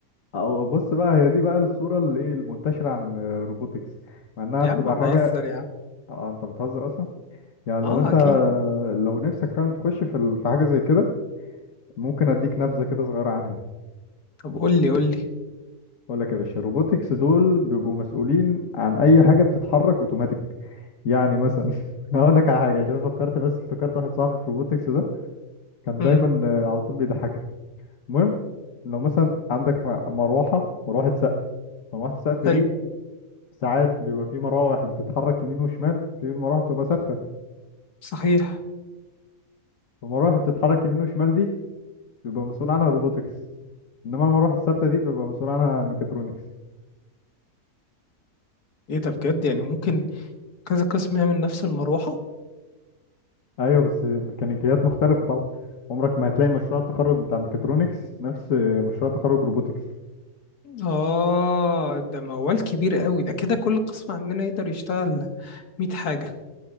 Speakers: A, on the left; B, on the left.
A: أو بص بقى هي دي بقى الصورة اللي إيه المنتشرة عن الروبوتكس مع إنها
B: يا
A: بتبقى
B: عم
A: حاجة
B: بهزر يا عم
A: آه، أنت بتهزر أصلا يعني
B: اه
A: لو أنت
B: اكيد
A: لو نفسك فعلا تخش في ال- في حاجة زي كده ممكن أديك نبذة كده صغيرة عنها
B: طب قول لي قول لي
A: بقول لك يا باشا روبوتكس دول بيبقوا مسؤولين عن اي حاجه بتتحرك اوتوماتيك يعني مثلا <laughs> هقول لك على حاجه عشان فكرت بس افتكرت واحد صاحبي في روبوتكس ده كان
B: امم
A: دايما آه، على طول بيضحكني المهم لو مثلا عندك م- مروحه مروحه سقف مروحه السقف
B: حلو
A: دي ساعات بيبقى في مراوح بتتحرك يمين وشمال في مراوح بتبقى ثابته
B: صحيح
A: المراوح اللي بتتحرك يمين وشمال دي بيبقى مسؤول عنها روبوتكس انما المراوح الثابته دي بيبقى مسؤول عنها ميكاترونكس
B: ايه ده بجد يعني ممكن كذا قسم يعمل نفس المروحة
A: ايوه بس ميكانيكيات مختلفه طبعا عمرك ما هتلاقي مشروع التخرج بتاع ميكاترونكس نفس مشروع تخرج روبوتكس
B: اه ده موال كبير قوي ده كده كل قسم عندنا يقدر يشتغل 100 حاجة